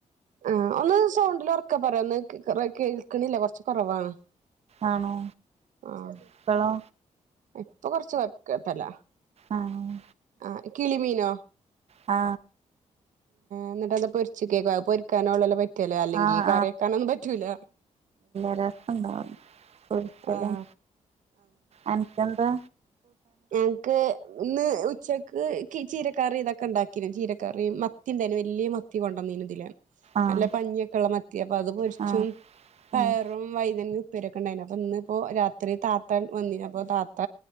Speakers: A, on the right; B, on the right.
A: ആഹ് ഒന്ന് സൗണ്ടിൽ ഉറക്ക പറ ഒന്ന് കേൾക്കണില്ല കുറച്ച് കുറവാണ്
B: ആണോ
A: ആഹ്
B: ഇപ്പോളോ
A: ഇപ്പൊ കൊറച്ച് കേട്ടല
B: ആഹ്
A: ആഹ് കിളിമീനോ
B: ആ
A: എന്നിട്ട് അത് പൊരിച്ച കേക്ക പൊരിക്കാനോുള്ള ല്ല ല അല്ലെങ്കിൽ
B: ആഹ്
A: ഈ കറിവെക്കാനൊന്നും പറ്റൂല
B: ണ്ടാവും ഒരിക്കലും
A: ആഹ്
B: എനിക്കെന്താ
A: ഞക്ക് ഇന്ന് ഉച്ചക്ക് ചീരക്കറി ഇതൊക്കെ ഉണ്ടാക്കിും ചീരക്കറി മത്തി എന്തേും വലിയ മത്തി കൊണ്ടുവന്നീന് ഇതില്
B: ആഹ്
A: നല്ല പഞ്ഞിയൊക്കെ ഉള്ള മത്തി അപ്പൊ അത് പൊരിച്ചും
B: ആഹ്
A: പയറും
B: ആഹ്
A: വൈതന്യം പേരൊക്കെ ഉണ്ടായിന അപ്പൊ ഇന്നിപ്പോ രാത്രി താത്തൻ വന്നിപ്പൊ താത്ത